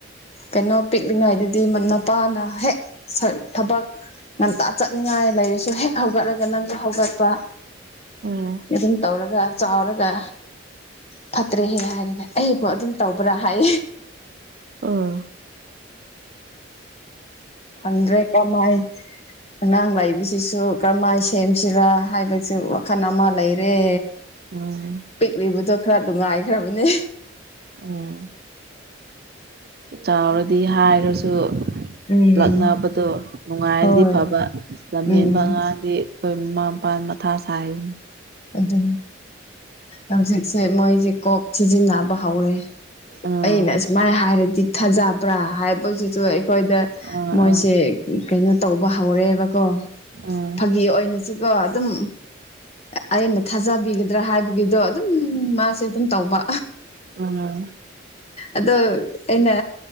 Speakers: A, on the left (about 30°); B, on the right (about 50°).
A: ꯀꯩꯅꯣ ꯄꯤꯛꯂꯤꯉꯩ ꯍꯥꯏꯗꯨꯗꯤ ꯃꯄꯥꯅ ꯍꯦꯛ ꯊꯕꯛ ꯉꯟꯇꯥ ꯆꯠꯅꯤꯡꯉꯥꯏ ꯂꯩꯔꯤꯁꯨ ꯍꯦꯛ ꯍꯧꯒꯠꯂꯒ ꯅꯪꯁꯨ ꯍꯧꯒꯠꯄ
B: ꯎꯝ
A: ꯑꯗꯨꯝ ꯇꯧꯔꯒ ꯆꯥꯎꯔꯒ ꯐꯠꯇ꯭ꯔꯦꯍꯦ ꯍꯥꯏꯔꯒ ꯑꯩꯕꯨ ꯑꯗꯨꯝ ꯇꯧꯕ꯭ꯔꯥ ꯍꯥꯏ
B: ꯑꯥ
A: ꯈꯪꯗ꯭ꯔꯦ ꯀꯃꯥꯏ ꯑꯉꯥꯡ ꯂꯩꯥꯏꯕꯤ ꯁꯤꯁꯨ ꯀꯔꯝꯍꯥꯏ ꯁꯦꯝꯁꯤꯔ ꯍꯥꯏꯕꯁꯨ ꯋꯥꯈꯜ ꯑꯃ ꯂꯩꯔꯦ
B: ꯎꯝ
A: ꯄꯤꯛꯂꯤꯕꯗꯣ ꯈꯔ ꯅꯨꯡꯉꯥꯏꯈ꯭ꯔꯕꯅꯦ
B: ꯎꯝ ꯆꯥꯎꯔꯗꯤ ꯍꯥꯏꯔꯁꯨ
A: ꯎꯝ
B: ꯂꯛꯅꯕꯗꯣ ꯅꯨꯡꯉꯥꯏꯔꯗꯤ
A: ꯍꯣꯏ
B: ꯐꯕ ꯂꯝꯍꯦꯟꯕꯉꯥꯡꯗꯤ
A: ꯎꯝ
B: ꯑꯩꯈꯣꯏ ꯃꯃꯥ ꯃꯄꯥ ꯃꯊꯥ ꯁꯥꯏꯗꯅ
A: ꯑꯗꯨ ꯍꯧꯖꯤꯛꯁꯦ ꯃꯣꯏꯁꯦ ꯀꯣꯛ ꯊꯤꯖꯤꯟꯅꯕ ꯍꯧꯔꯦ
B: ꯑꯥ
A: ꯑꯩꯅ ꯁꯨꯃꯥꯏꯅ ꯍꯥꯏꯔꯗꯤ ꯊꯥꯖꯕ꯭ꯔꯥ ꯍꯥꯏꯕꯁꯤꯁꯨ ꯑꯩꯈꯣꯏꯗ
B: ꯑꯥ
A: ꯃꯣꯏꯁꯦ ꯀꯩꯅꯣ ꯇꯧꯕ ꯍꯧꯔꯦꯕꯀꯣ
B: ꯑꯥ
A: ꯐꯥꯒꯤ ꯑꯣꯏꯅꯁꯨꯀꯣ ꯑꯗꯨꯝ ꯑꯩꯅ ꯊꯥꯖꯕꯤꯒꯗ꯭ꯔꯥ ꯍꯥꯏꯕꯒꯤꯗꯣ ꯑꯗꯨꯝ ꯃꯥꯁꯦ ꯑꯗꯨꯝ ꯇꯧꯕ
B: ꯑꯥ
A: ꯑꯗꯣ ꯑꯦꯟꯅ